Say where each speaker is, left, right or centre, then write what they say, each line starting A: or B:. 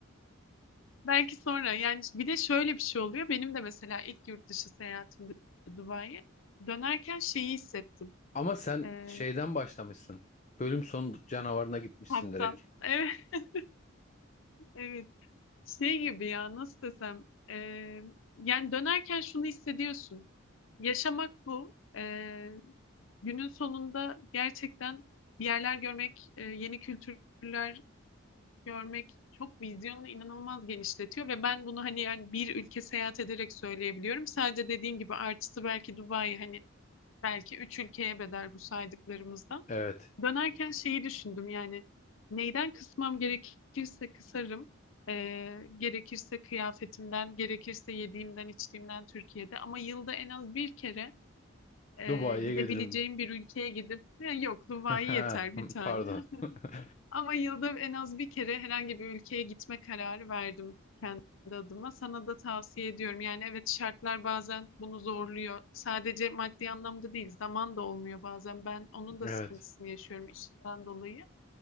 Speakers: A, on the left (about 70°); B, on the left (about 35°).
A: Belki sonra yani bir de şöyle bir şey oluyor. Benim de mesela ilk yurt dışı seyahatimde Dubai'ye dönerken şeyi hissettim.
B: Ama sen
A: Ee,
B: şeyden başlamışsın. Bölüm sonu canavarına gitmişsin
A: kaptan.
B: direkt.
A: <laughs> Evet, evet. Şey gibi ya nasıl desem. Ee, yani dönerken şunu hissediyorsun. Yaşamak bu. Ee, günün sonunda gerçekten bir yerler görmek, e, yeni kültürler görmek çok vizyonunu inanılmaz genişletiyor ve ben bunu hani yani bir ülke seyahat ederek söyleyebiliyorum. Sadece dediğin gibi artısı belki Dubai hani Belki üç ülkeye bedel bu saydıklarımızdan.
B: Evet.
A: Dönerken şeyi düşündüm yani neyden kısmam gerekirse kısarım. Ee, gerekirse kıyafetimden, gerekirse yediğimden, içtiğimden Türkiye'de. Ama yılda en az bir kere e,
B: Dubai'ye
A: gidebileceğim
B: gelirim.
A: bir ülkeye gidip "Ya yok Dubai
B: <laughs>
A: yeter bir tane.
B: Pardon. <laughs>
A: Ama yılda en az bir kere herhangi bir ülkeye gitme kararı verdim kendi adıma. Sana da tavsiye ediyorum. Yani evet şartlar bazen bunu zorluyor. Sadece maddi anlamda değil, zaman da olmuyor bazen. Ben onun da
B: Evet.
A: sıkıntısını yaşıyorum işimden dolayı.